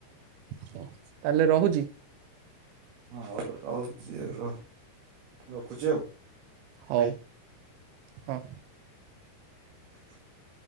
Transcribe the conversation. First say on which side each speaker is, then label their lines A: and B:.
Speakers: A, on the right (about 85°); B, on the right (about 65°).
A: ହଉ। ତାହେଲେ ରହୁଛି।
B: ହଉ ରହୁଛି ର ରଖୁଛି ଆଉ।
A: ହଉ
B: ଭାଇ।
A: ହଁ।
B: <unintelligible>